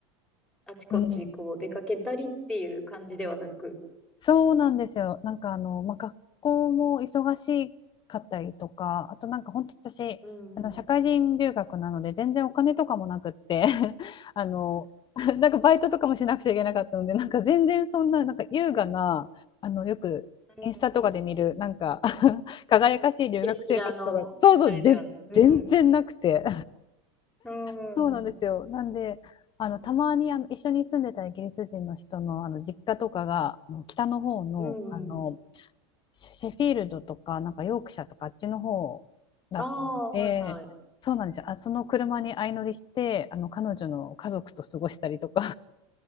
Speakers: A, in the centre; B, on the left.
A: あちこちこう出かけたりっていう感じではなく。
B: うんそうなんですよ。なんかあの、まあ、学校も忙しかったりとか、あとなんか本当私、
A: うん。
B: あの社会人留学なので全然お金とかもなくって
A: う
B: <laughs> あの、<laughs> なんかバイトとかもしなくちゃいけなかったので、なんか全然そんな、なんか優雅な、あの、よくインスタとかで見る、
A: ん。
B: なんか <laughs> 輝かしい留学生活とか、
A: キラキラの、
B: そうそう、
A: あれではない。
B: ぜ、
A: う
B: 全然なくて
A: ん。うん。
B: そうなんですよ。なんで、あのたまにあの一緒に住んでたイギリス人の人の、あの実家とかがあの北の方の、
A: うんうん。
B: あのシェフィールドとか、なんかヨークシャとかあっちの方だったので、
A: ああ、はいはい。
B: そうなんですよ。あ、その車に相乗りして、あの彼女の家族と過ごしたりとか。